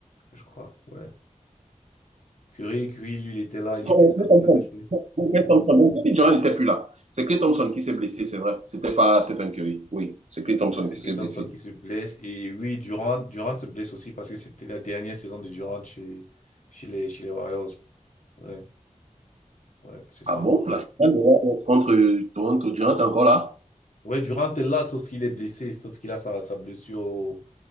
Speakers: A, on the left; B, on the right.
A: je crois. Ouais. Curry, Curry, lui, il était là, il
B: Donc,
A: était là,
B: Klay Thompson.
A: il avait joué.
B: Donc, Klay Thompson. Donc, Kevin Durant n'était plus là. C'est Klay Thompson qui s'est blessé, c'est vrai. C'était pas Stephen Curry. Oui, c'est Klay Thompson
A: Ouais. C'est
B: qui
A: Klay
B: s'est
A: Thompson
B: blessé.
A: qui se blesse. Et oui, Durant, Durant se blesse aussi parce que c'était la dernière saison de Durant chez, chez les, chez les Warriors. Ouais, ouais, c'est ça.
B: Ah bon? La finale de Warriors contre euh, Toronto, Durant est encore là?
A: Ouais, Durant est là, sauf qu'il est blessé, sauf qu'il a sa, sa blessure au,